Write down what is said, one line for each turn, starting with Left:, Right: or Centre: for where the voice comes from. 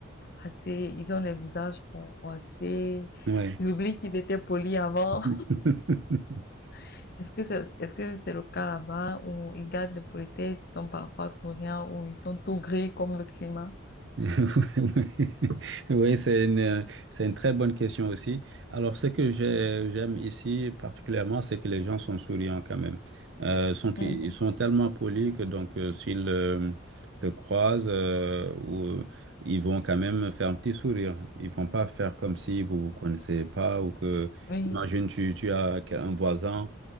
Left: assez, ils ont le visage froissé,
Right: Ouais.
Left: ils oublient qu'ils étaient polis avant.
Right: <laughs>
Left: <laughs> Est-ce que c'est, est-ce que c'est le cas là-bas où ils gardent de politesse, ils sont parfois souriants, ou ils sont tout gris comme le climat?
Right: <laughs> Oui, c'est une, c'est une très bonne question aussi. Alors, ce que j'ai- j'aime ici particulièrement, c'est que les gens sont souriants quand même. Euh, sont,
Left: Mhm.
Right: ils sont tellement polis que donc, euh, s'ils euh, te croisent, euh, ou, ils vont quand même faire un petit sourire. Ils vont pas faire comme si vous vous connaissez pas ou que,
Left: Oui,
Right: imagine, tu, tu as un voisin.